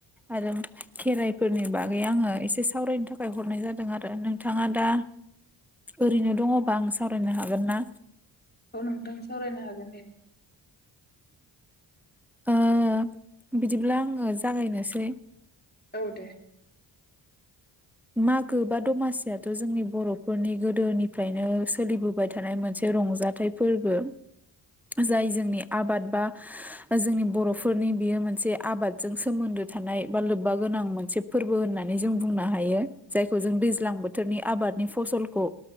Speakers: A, in the centre; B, on the left.
A: आरो खेराइफोरनि बागै आङो एसे सावरायनो थाखाय हरनाय जादों आरो नों नोंथाङा दा ओरैनो दङबा आं सावरायनो हागोन ना?
B: औ नोंथां सावरायनो हागोन दे।
A: ओ बिदिब्ला आङो जागायनोसै।
B: औ दे।
A: मागो बा दमासियाथ' जोंनि बर'फोरनि गोदोनिफ्रायनो सोलिबोबाय थानाय मोनसे रंजाथाइ फोरबो जाय जोंनि आबाद बा जोंनि बर'फोरनि बियो मोनसे आबादजों सोमोन्दो थानाय बा लोब्बा गोनां मोनसे फोरबो होननानै जों बुंनो हायो जायखौ जों दैज्लां बोथोरनि आबादनि फसलखौ